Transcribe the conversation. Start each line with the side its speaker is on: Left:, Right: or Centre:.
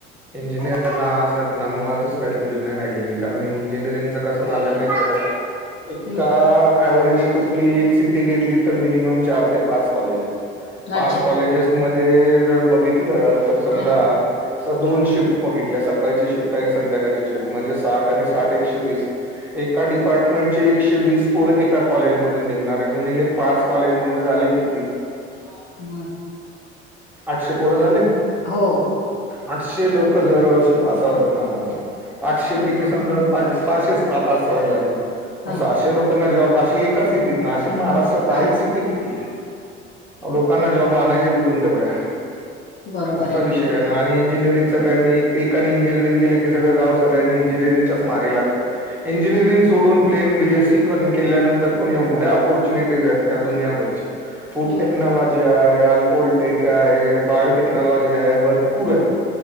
Centre: इंजिनियरला ना आज हेना मुळातच वॅल्यू नाही, राहिलेली कारण इंजिनिअरिंगचं कसं झालं माहिती आहे का? एका
Left: हम्म
Centre: अव्हेरज कुठली एक सिटी घेतली, तर मिनिमम चार ते पाच कॉलेजेस पाच
Left: अच्छा
Centre: कॉलेजेस मध्ये जर, बघितलं तर समजा
Left: हा
Centre: दोन शिफ्ट बघितल्या सकाळची शिफ्ट आणि संध्याकाळची शिफ्ट म्हणजे, साठ आणि साठ एकशे वीस एका डिपार्टमेंट चे एकशे वीस पोर एका कॉलेज मधून निघणार, गुनूले पाच कॉलेज म्हणजे झाले किती? <unintelligible>
Left: व्हयं.
Centre: आठशे पोर झाले.
Left: हो.
Centre: आठशे लोक दरवर्षी पास आउट होणार. आठशे पैकी समजा सहाशेच पास आउट झाले,
Left: हा
Centre: मग सहाशे लोकांना जॉब अशी एका सिटीतनं अशे महाराष्ट्रात आहेत
Left: हा
Centre: सिटी किती? लोकां - ना जॉब आणायचे कुठून तेवढ्या,
Left: बरोबर
Centre: असा
Left: आहे
Centre: विषय हाय ना आणि इंजिनिअरिंग सगळ्यांनी एकानी इंजिनिअरिंग केले की सगळं गाव सगळ्यांनी इंजिनिअरिंगच्याच मागे लागतात. इंजिनिअरिंग सोडून प्लेन बी एस सी कर केल्यानंतर पण एवढ्या ऑपॉर्च्युनिटीज आहेत त्या दुनियाभरच्या. फुड
Left: हो
Centre: टेक्नॉलॉजी आहे. अल्कोलटेक आहे, बायोटेक्नॉलॉजी आहे भरपूर आहेत.